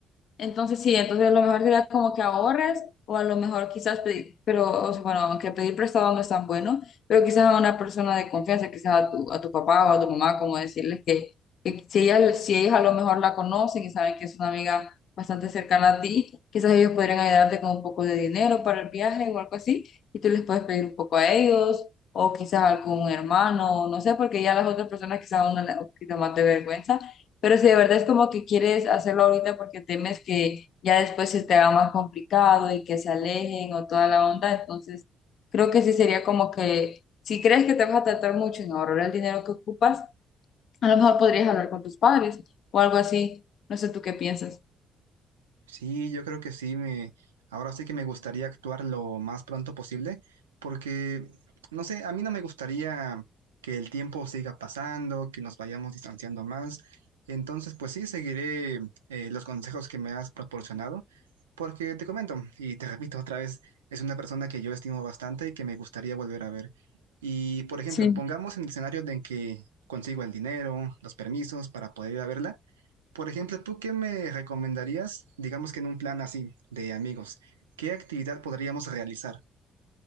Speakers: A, on the left; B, on the right.
A: entonces sí, entonces a lo mejor sería como que ahorres o a lo mejor quizás pedir, pero o sea, bueno, aunque pedir prestado no es tan bueno, pero quizás a una persona de confianza, quizás a tu, a tu papá o a tu mamá, como decirles que, que si ellas, si ellos a lo mejor la conocen y saben que es una amiga bastante cercana a ti, quizás ellos podrían ayudarte con un poco de dinero para el viaje o algo así, y tú les puedes pedir un poco a ellos. O quizás algún hermano, no sé, porque ya las otras personas quizás a una le da un poquito más de vergüenza pero si de verdad es como que quieres hacerlo ahorita porque temes que ya después se te haga más complicado y que se alejen o toda la onda, entonces creo que sí sería como que si crees que te vas a tratar mucho en ahorrar el dinero que ocupas, a lo mejor podrías hablar con tus padres o algo así. No sé tú qué piensas.
B: Sí, yo creo que sí, me, ahora sí que me gustaría actuar lo más pronto posible, porque, no sé, a mí no me gustaría que el tiempo siga pasando, que nos vayamos distanciando más. Entonces, pues sí, seguiré eh, los consejos que me has proporcionado, porque te comento, y te repito otra vez, es una persona que yo estimo bastante y que me gustaría volver a ver. Y, por ejemplo,
A: Sí.
B: pongamos en el escenario de en que consigo el dinero, los permisos para poder ir a verla. Por ejemplo, ¿tú qué me recomendarías, digamos que en un plan así, de amigos? ¿Qué actividad podríamos realizar?